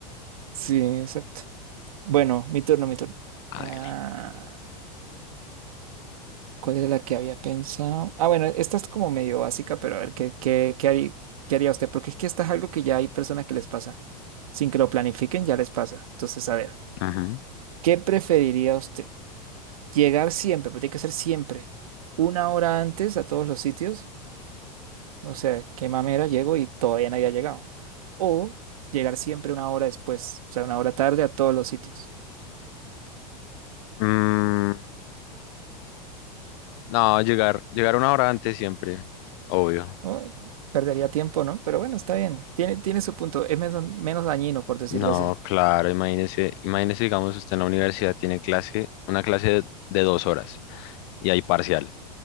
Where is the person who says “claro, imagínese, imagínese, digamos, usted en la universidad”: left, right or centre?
Left